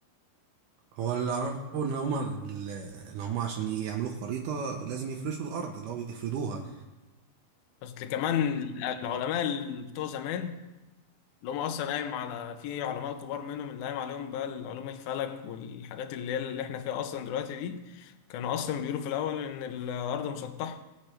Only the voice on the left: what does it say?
بس اللي كمان العلماء اللي بتوع زمان اللي هم اصلا قايم على في علماء كبار منهم اللي قايم عليهم بقى علوم الفلك والحاجات اللي هي اللي احنا فيها اصلا دلوقتي دي كانوا اصلا بيقولوا في الاول ان الارض مسطحة